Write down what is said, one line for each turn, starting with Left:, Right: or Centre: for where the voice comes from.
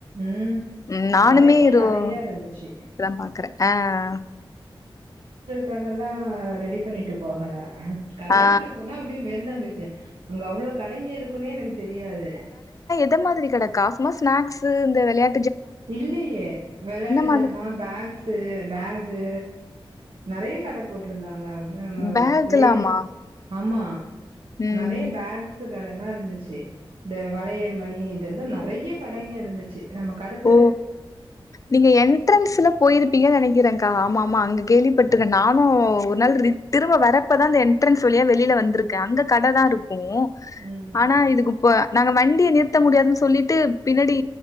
Right: ம்
Left: உம் நானுமே
Right: கடைங்க
Left: ஒரு
Right: நெறைய இருந்துச்சு
Left: இப்பதான் பாக்குறேன் ஆஹ்
Right: காகல்லாம் ரெடி பண்ணிட்டு போகல கல்யணத்துக்கு
Left: ஆ
Right: போனா அப்படியே மெரினா பீச் அங்க அவ்வளவு கடைங்க இருக் குனே எனக்கு தெரியாது
Left: ந்த மாதிரி கட காசுமா ஸ்நாக்ஸ் இந்த விளையா
Right: இல்லையே விளையாட்டு
Left: மாதிரி
Right: ஜாம பேக்ஸு பேகு நிறைய கடை போட்டிருந்தாங்க நம்ம
Left: பேக்லாமா?
Right: லேடிஸ் ஆமா
Left: ம்
Right: நிறைய பேக்ஸு கடைல்லாம் இருந்துச்சு இந்த வளையல் மணி இதுல்லாம் நிறைய கடைங்க இருந்துச்சு நம்ம கடத்
Left: ஓ நீங்க என்ட்ரன்ஸ்ல போயிருப்பீங்கு நினைக்கிறே ங்கா ஆமா ஆமா அங்க கேள்விப்பட்டுக்கன் நானும் ஒரு நாள் திரும்ப வரப்பதான் அட்ரன்ஸ் வழியா வெளியில வந்திருக்கேன் அங்க கட தான் இருக் கும்
Right: ம்
Left: ஆனா இதுக்கு இப்ப நாங்க வண் குடிய நிறுத்த முடியாதுன்னு சொல்லிட்டு பின்னாடி